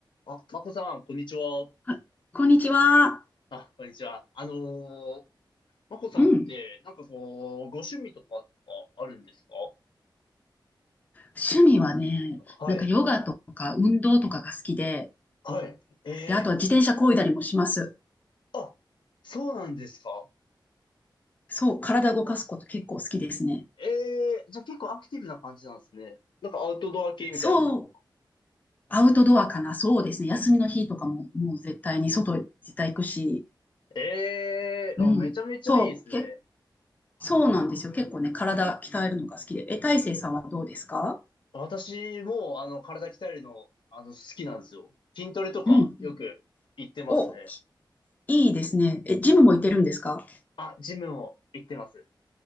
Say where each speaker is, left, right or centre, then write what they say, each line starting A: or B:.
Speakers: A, on the left; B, on the left.
A: あ、まこさん、こんにちは。
B: あ、こんにちは。
A: あ、こんにちは。あのー、まこさんって、
B: うん。
A: なんかこう、ご趣味とかとかあるんですか
B: 趣味はね、
A: はい。
B: なんかヨガとか運動とかが好きで、
A: はい。ええ
B: で、あとは自転車漕いだりもします。
A: あ、そうなんですか。
B: そう、体動かすこと結構好きですね。
A: ええじゃあ結構アクティブな感じなんですね。なんかアウトドア系みたいな感じ。
B: そう、アウトドアかな。そうですね。休みの日とかももう絶対に外絶対行くし。
A: ええあ、
B: うん。
A: めちゃめちゃいいですね。
B: そう、け、そうなんですよ。結構ね、体鍛えるのが好きで。え、大成さんはどうですか
A: 私も、あの、体鍛えるの、あの、好きなんですよ。筋トレとか、
B: うん。
A: よく行ってますね。
B: お、いいですね。え、ジムも行ってるんですか
A: あ、ジムも行ってます。